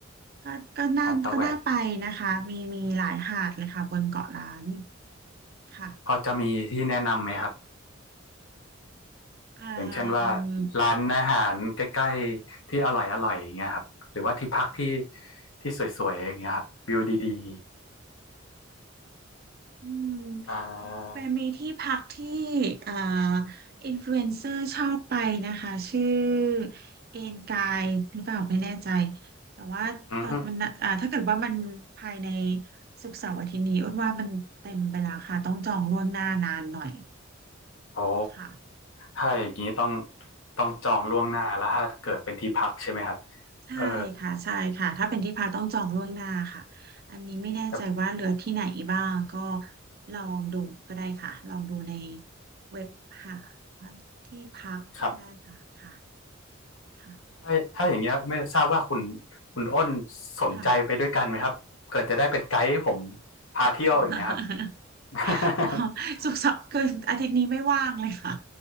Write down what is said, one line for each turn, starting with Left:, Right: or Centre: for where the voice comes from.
Right: ก็ก็น่าก็น่าไปนะคะมีมีหลายหาดเลยค่ะบนเกาะล้าน
Left: หาดตาแหวน
Right: ค่ะ
Left: พอจะมีที่แนะนำไหมครับ
Right: เอ่
Left: อย่างเช่นว่า
Right: ม
Left: ร้านอาหารใกล้ๆที่อร่อยอร่อยอย่างเงี้ยครับหรือว่าที่พักที่ที่สวยๆอย่างเงี้ยครับวิวดี
Right: อืม
Left: ๆอ่า
Right: เป็นมีที่พักที่เอ่ออินฟลูเอนเซอร์ชอบไปนะคะชื่อเอนกายหรือเปล่าไม่แน่ใจแต่ว่าตอนมันอ่าถ้าเกิดว่ามันภายใน
Left: อืม
Right: ศุกร์เสาร์อาทิตย์นี้อ้นว่ามันเต็มไปแล้วค่ะต้องจองล่วงหน้านานหน่อย
Left: โอ้
Right: ค่ะ
Left: ถ้าอย่างนี้ต้องต้องจองล่วงหน้าแล้วถ้าเกิดเป็นที่พักใช่ไหมครับ
Right: ใช่ค่ะใช่ค่ะถ้าเป็นที่พักต้องจองล่วงหน้าค่ะอันนี้ไม่แน่ใจว่าเหลือที่ไหนบ้างก็
Left: เออครับ
Right: ลองดูก็ได้ค่ะลองดูในเว็บหาว่าที่พักก็ได้ค่ะค่ะ
Left: ครับ
Right: ค่ะ
Left: ถ้าถ้าอย่างเงี้ยไม่ทราบว่าคุณคุณอ้น
Right: <laughs>
Left: สนใจไปด้วยกันไหมครับเกิดจะได้เป็นไกด์ให้ผม
Right: ค่ะ
Left: พาเที่ยวอย่างเงี้ยครับ
Right: <laughs>
Left: <laughs>
Right: โอ้สุกร์เสาร์คืออาทิตย์นี้ไม่ว่างเลยค่ะ